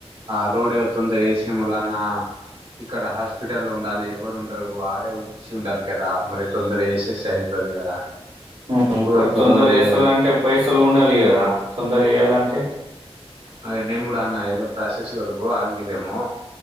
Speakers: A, on the right (about 65°); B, on the right (about 80°).
A: ఆ రోడ్ ఎవ తొందర ఏసి ప మూలన ఇక్కడ హాస్పిటల్లో ఉండాలి ఎవరు ఉండరు ఆడే ఉంచి ఉండాలి కదా మరి తొందర వేసేసి అయిపోతుంది కదా
B: ఉమ్
A: ఇప్పుడు వరకు
B: తొందర
A: రోడ్
B: వేస్తదా
A: వేయలే
B: అంటే పైసలు ఉండాలి కదా తొందర చేయాల అంటే
A: అదే నేను కూడ అన్న ఏదో ప్రాసెస్ వరకు ఆగదేమో